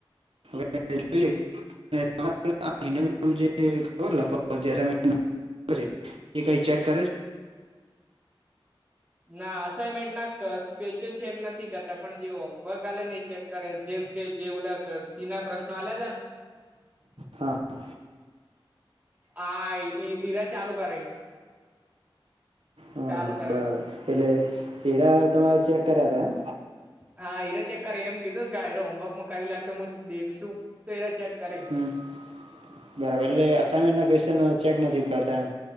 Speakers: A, on the right (about 85°); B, on the right (about 20°).
A: <unintelligible> <unintelligible>
B: ના અસાાઈનમેન્ટ ના ક્વેશ્ચન ચેક નથી કરતા પણ જે હોમવર્ક આલે ને એ ચેક કરે જેમ કે જે ઓલા સિંહ ના પ્રશ્નો આલ્યા હતા ને.
A: હાઆ
B: -આ ઈ ઈ ‌ઈર ચાલુ કરે એ.
A: હા
B: ચાલુ
A: હા
B: કરે.
A: બરાબર એટલે હીરા તમારે ચેક કર્યા હતા એમ.
B: હા ઈરો ચેક કરી એમ કીધું કે આ રહ્યુ હોમવર્ક માં કરી લાખશો હું દેખશું તો એરા એ ચેક કરશે.
A: હમમ- બરાબર એટલે અસાનમેન્ટના ક્વેશ્ચન ચેક નથી કરતા એમ